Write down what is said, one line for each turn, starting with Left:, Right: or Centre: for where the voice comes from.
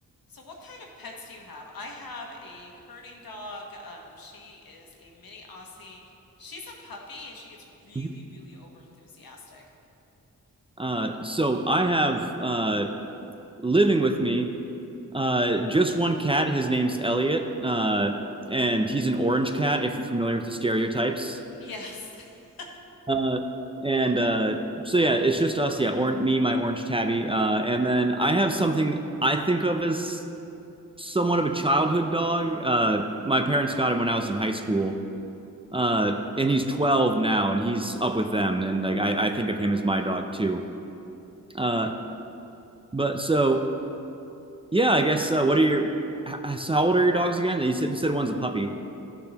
Left: So, what kind of pets do you have? I have a herding dog. Um, she is a mini Aussie. She's a puppy and she gets really,
Right: Mhm.
Left: really over enthusiastic.
Right: Uh, so I have uh, living with me uh, just one cat. His name's Elliot, uh, and he's an orange cat. If you're familiar with the stereotypes,
Left: Yes. <laughs>
Right: uh, and uh, so yeah, it's just us. Yeah, or me, my orange tabby, uh, and then I have something I think of as somewhat of a childhood dog. Uh, my parents got him when I was in high school, uh, and he's 12 now, and he's up with them. And like I, I think of him as my dog too. Uh, but so yeah, I guess uh, what are your so how old are your dogs again? You said you said one's a puppy.